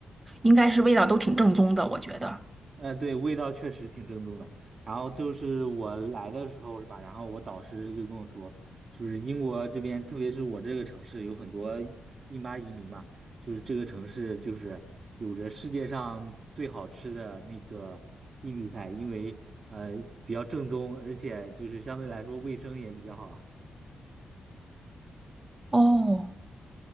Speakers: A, on the right; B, on the right.
A: 应该是味道都挺正宗的，我觉得。
B: 呃，对，味道确实挺正宗的。然后就是我来的时候是吧？然后我导师就跟我说，就是英国这边，特别是我这个城市，有很多印巴移民嘛，就是这个城市就是有着世界上最好吃的那个印度菜，因为呃比较正宗，而且就是相对来说卫生也比较好啊。
A: 哦，